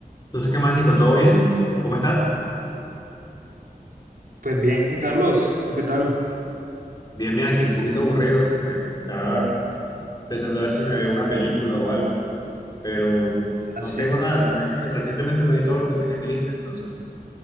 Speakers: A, on the left (about 25°); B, on the right (about 65°).
A: Entonces, ¿qué más, Nico? ¿Todo bien? ¿Cómo estás?
B: Pues bien, Carlos, ¿tú qué tal?
A: Bien, bien, aquí un poquito aburrido. Eh, estaba pensando a ver si me veo una película o algo, pero
B: Así.
A: no tengo nada. Me- <laughs> recientemente me vi todo lo que tenía en mi lista, entonces